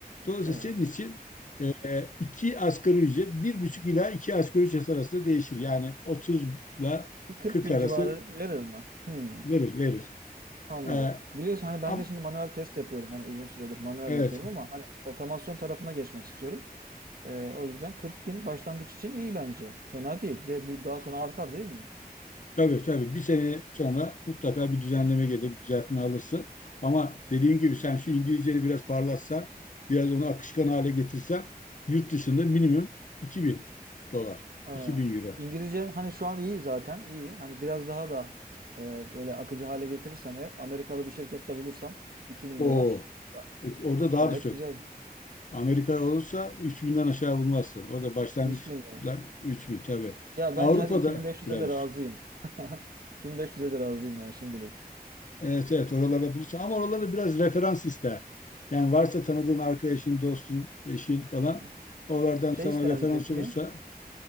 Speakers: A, on the left; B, on the right.
A: Dolayısıyla
B: Evet.
A: senin için e, iki asgari ücret bir buçuk ila iki asgari ücret arasında değişir. Yani 30 ile
B: Bir 40
A: 40
B: bin
A: arası
B: civarı verir mi? Hmm,
A: verir verir.
B: anladım.
A: E,
B: Biliyorsun hani ben
A: am,
B: de şimdi manuel test yapıyorum. Hani uzun süredir manuel
A: evet.
B: yapıyorum ama hani otomasyon tarafına geçmek istiyorum. Ee, o yüzden 40 bin başlangıç için iyi bence. Fena değil ve bu daha sonra artar değil mi?
A: Tabii tabii bir sene sonra mutlaka bir düzenleme gelir, bir düzeltme alırsın. Ama dediğim gibi sen şu İngilizceni biraz parlatsan, biraz onu akışkan hale getirsen yurt dışında minimum 2000 dolar,
B: Ha,
A: 2000 euro.
B: İngilizcem hani şu an iyi zaten iyi. Hani biraz daha da e, böyle akıcı hale getirirsem eğer Amerikalı bir şirkette bulursam 2000
A: Oo,
B: dolar
A: orada daha
B: gayet
A: da çok.
B: güzel.
A: Amerika olursa 3000'den aşağı bulmazsın. Orada başlangıçlar
B: 3000 mi?
A: 3000 tabii.
B: Ya
A: Avrupa'da
B: ben hadi 2500'e
A: biraz
B: de razıyım. <laughs> 2500'e de razıyım yani şimdilik.
A: Evet evet oralarda bulursa ama oralarda biraz referans ister. Yani varsa tanıdığın arkadaşın, dostun, eşin falan
B: Hı hı.
A: oralardan
B: Şey
A: sana
B: ister
A: referans
B: mi peki?
A: olursa